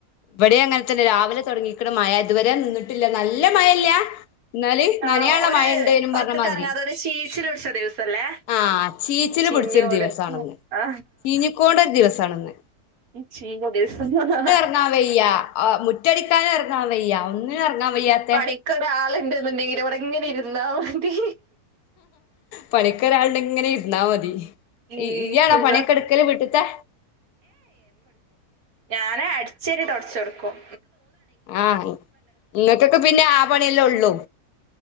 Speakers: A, on the left; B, on the right.
A: ഇവിടെ അങ്ങനെ തന്നെ രാവിലെ തുടങ്ങിക്കണ മഴ ഇതുവരെ നിന്നിട്ടില്ല നല്ല മഴയില്ല എന്നാല്
B: ആ
A: നനയാനുള്ള
B: ഒരു
A: മഴയുണ്ട്
B: പുറത്തേക്ക്
A: പറഞ്ഞ മാതിരി
B: ഇറങ്ങാതെ ഒരു ശീശിൽ പിടിച്ച ദിവസല്ലേ
A: ആഹ് ചീച്ചിൽ തി
B: ചിഞ്ഞോട്
A: പിടിച്ച ഒരു ദിവസാന്ന് ഇന്ന്
B: ആ,
A: ചീഞ്ഞിക്കോണ്ട ദിവസാണ് ഇന്ന്
B: ചീഞ്ഞ ദിവസമെന്ന്
A: ഇറങ്ങാൻ വയ്യ ആഹ് മുറ്റടിക്കാനും ഇറങ്ങാൻ വയ്യ ഒന്നിനും ഇറങ്ങാൻ- വയ്യാത്തെ
B: പണിക്ക്‌ ഒരാരാളുണ്ട്ന്നുണ്ടെങ്കിൽ ഇവിടെ ഇങ്ങനെ ഇരുന്നാ മതി
A: പണിക്കൊരാളുടെങ്കി ഇങ്ങനെ ഇരുന്നാ മതി
B: ഉം
A: ഈയാണോ
B: സുഖം
A: പണിയൊക്കെ എടുക്കല് വീട്ടിലത്തെ
B: ഞാന് അടിച്ചവാരി തൊടച്ച് കൊടുക്കും
A: ആഹ് നിങ്ങക്കൊക്കെ പിന്നെ ആ പണിയെല്ലേ ഉള്ളു